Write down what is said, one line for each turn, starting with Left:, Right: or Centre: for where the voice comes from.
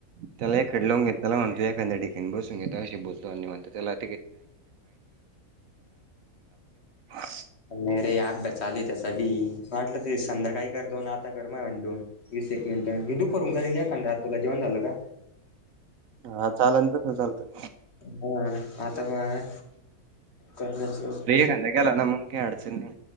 Right: त्याला एखाड लावून घेत त्याला म्हणतो एखानद्या ठिकाणी बसून घे तुवाशी बोलतो अन निवांत त्याला- <unintelligible>
Left: नही रे अभ्यास चालूय त्याचा बी वाटलं त हे संध्याकाळी कर दोन आता कर मायावले दोन. वीस एक मिनिट मी दुपरून करीनं एखांदा तुला जेवण झालं का.
Right: हा चालेनं तस चालत.
Left: होय आता बगा करन्या च.
Right: चंदया गेला ना मंग काय अडचनं नही.